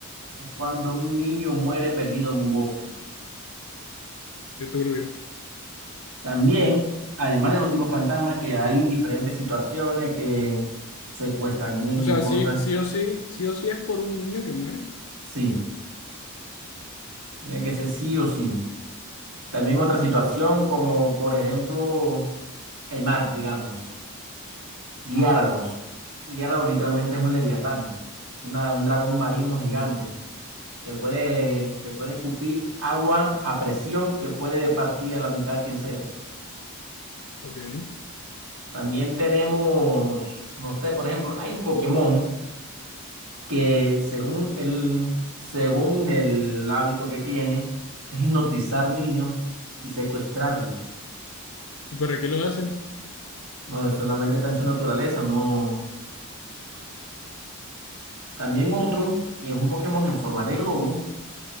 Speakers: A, on the right; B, on the left.
A: es cuando un niño muere perdido en un bosque.
B: Qué turbio.
A: También, además de los tipos fantasma, que hay diferentes situaciones que secuestran niños,
B: O sea,
A: cosas.
B: sí, sí o sí, sí o sí es por un niño que muere.
A: Sí, tiene que ser sí o sí. También otra situación como, por ejemplo, el mar, digamos, Diárados.
B: Ajá,
A: Diárados literalmente es un leviatán, una, un dragón marino gigante que puede, que puede escupir agua a presión que puede partir a la mitad quien sea.
B: ok.
A: También tenemos, no sé, por ejemplo, hay un Pokémon que según el, según el hábito que tiene, es hipnotizar niños y secuestrarlos.
B: ¿Y por qué lo hacen?
A: No, es solamente está en su naturaleza, no. También otro, que es un Pokémon en forma de globo.